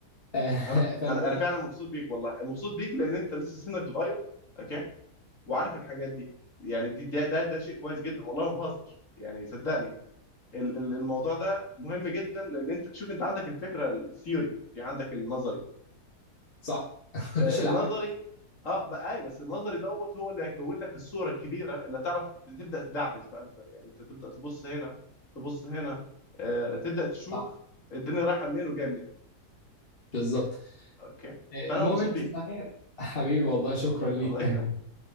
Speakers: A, on the left; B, on the left.
A: آه،
B: انا
A: <laughs> فالمهم
B: انا انا فعلا مبسوط بيك والله مبسوط بيك لان انت لسه سنك صغير اوكي وعارف الحاجات دي يعني دي ده ده, ده شيء كويس جدا والله ما بهزر يعني صدقني ال- ال- الموضوع ده مهم جدا لان انت شوف انت عندك الفكره الثيوري عندك النظري
A: صح <laughs>
B: آه،
A: مفيش العمل
B: النظري اه بقى ايوه بس النظري دوت هو اللي هيكون لك الصوره الكبيره اللي تعرف تبدا تدعبس بقى انت يعني انت تبدا تبص هنا تبص هنا آه، تبدا تشوف
A: صح
B: الدنيا رايحه منين وجايه منين
A: بالظبط
B: اوكي
A: آه،
B: فانا
A: المهم
B: مبسوط
A: انت
B: بيك
A: صحيح حبيبي والله شكرا ليك
B: الله يكرمك
A: <laughs>